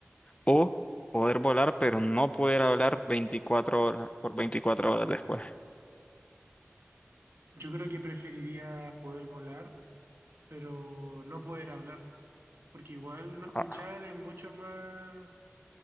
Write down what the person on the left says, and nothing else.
¿O poder volar, pero no poder hablar 24 horas por 24 horas después?
Ah,